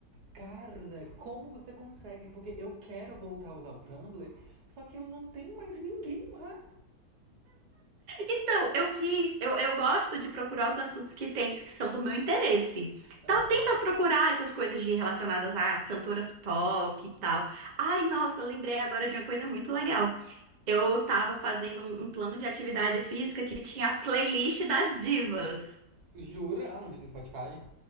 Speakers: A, on the right (about 70°); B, on the right (about 40°).
A: Cara, como você consegue? Porque eu quero voltar a usar o Tumblr, só que eu não tenho mais ninguém lá.
B: Então, eu fiz, eu, eu gosto de procurar os assuntos que tem, que são do meu interesse.
A: Aham.
B: Então, tenta procurar essas coisas de relacionadas a cantoras pop e tal. Ai, nossa, lembrei agora de uma coisa muito legal. Eu tava fazendo um, um plano de atividade física que tinha a playlist das divas.
A: Jura? Aonde? No Spotify?